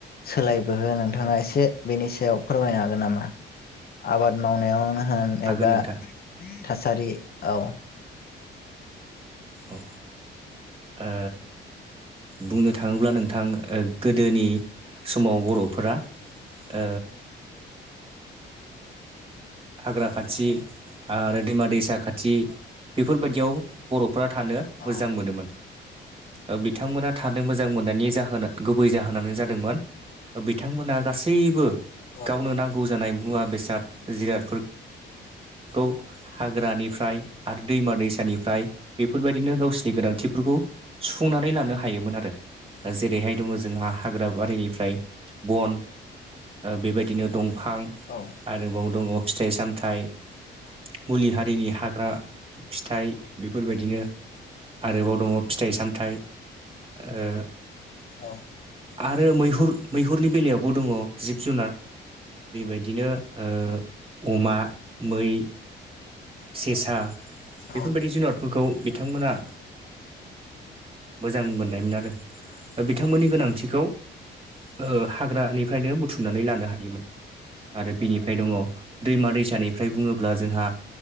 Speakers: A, on the left (about 50°); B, on the right (about 30°).
A: सोलायबोहो नोंथाङा एसे बेनि सायाव फोरमायनो हागोन नामा? आबाद मावनायावनो होन
B: हागोन
A: एबा
B: नोंथां
A: थासारि औ
B: औ ो बुंनो थाङोब्ला नोंथां गोदोनि समाव बर'फोरा ओ हाग्रा खाथि आरो दैमा दैसा खाथि बेफोरबायदियाव बर'फ्रा थानो मोजां
A: औ
B: मोनोमोन। ओ बिथांमोना थानो मोजां मोननायनि जाहोन गुबै जाहोनानो जादोंमोन। बिथांमोना गासैबो
A: औ
B: गावनो नांगौ जानाय मुवा बेसाद जिरादफोर खौ हाग्रानिफ्राय आरो दैमा दैसानिफ्राय बेफोरबायदिनो गावसिनि गोनांथिफोरखौ सुफुंनानै लानो हायोमोन आरो जेरैहाय दङ जोंहा हाग्रा बारिनिफ्राय बन बेबायदिनो दंफां
A: औ
B: आरोबाव दङ फिथाइ सामथाइ मुलि हारिनि हाग्रा फिथाइ बेफोरबायदिनो आरोबाव दङ फिथाइ सामथाइ ओ
A: औ
B: आरो मैहुर मैहुरनि बेलायावबो दङ जिब जुनार बेबायदिनो ओ अमा मै सेसा बेफोरबायदि
A: औ
B: जुनारफोरखौ बिथांमोना मोजां मोननायमोन आरो दा बिथांमोननि गोनांथिखौ ओ हाग्रानिफ्रायनो बुथुमनानै लानो हायोमोन आरो बिनिफ्राय दङ दैमा दैसानिफ्राय बुङोब्ला जोंहा